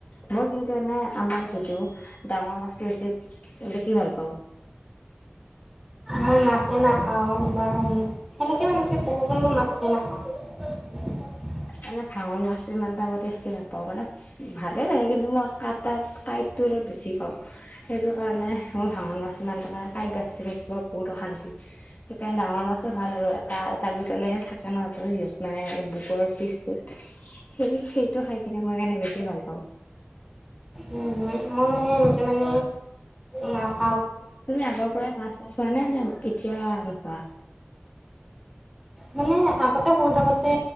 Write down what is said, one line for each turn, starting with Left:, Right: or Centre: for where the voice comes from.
Left: মই কিন্তু এনে আমাৰ যিটো ডাঙৰ মাছ বেছি বেছি ভাল পাওঁ
Centre: মই মাছেই নাখাওঁ বাৰু সেনেকে মানে কি কব গলে মই মাছেই নাখাওঁ। <unintelligible>
Left: এনে ভাঙন মাছ ইমান এটা মই টেষ্টি নাপাওঁ মানে ভালে লাগে কিন্তু মই কাট কাট কাইটটো অলপ বেছি পাওঁ। সেইটো কাৰণে মোৰ ভাউনা মাছ সিমান তাৰমানে কাঁইট বাচি থাকিব বহুত অশান্তি সেইকাৰণে ডাঙৰ মাছো ভাল আৰু এটা এডাল দুডালে থাকে ন তো সিহত মানে এই বুকৰ পিছ সেই সেইটো খাই কিনে মই কাৰণে বেছি ভাল পাওঁ।
Centre: উম মই মানে এনেকে মানে না-
Left: তুমি আগৰ পৰাই মাছ নাখোৱা নে? নে এতিয়া নোখোৱা।
Centre: মানে আগতে সুৰ থাকোতে